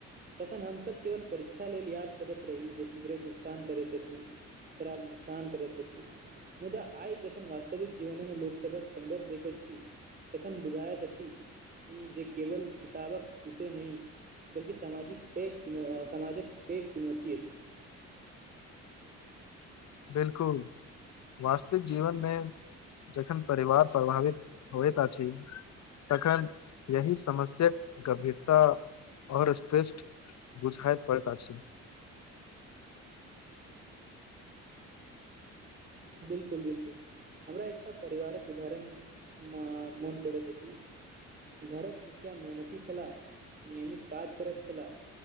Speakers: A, on the right; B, on the left.
A: तखन हमसभ केवल परीक्षा लेल याद करैत रही जे सिगरेट नुकसान करैत अछि। शराब नुकसान करैत अछि मुदा आइ ज जखन वास्तविक जीवनेमे लोकसभक सङ्घर्ष देखैत छी तखन बुझायत अछि की जे केवल किताबक विषय नहि बल्कि सामाजिक पैघ चुन समाजक पैघ चुनौती अछि।
B: बिल्कुल। वास्तविक जीवनमे जखन परिवार प्रभावित होएत अछि तखन यही समस्याक गंभीरता आओर स्पृष्ट बुझाइत पड़ैत अछि।
A: बिल्कुल बिल्कुल। हमरा एकटा परिवारक उदाहरण म मोन पड़ैत अछि घरक मुखिया मेहनती छलाह नियमित काज करैत छलाह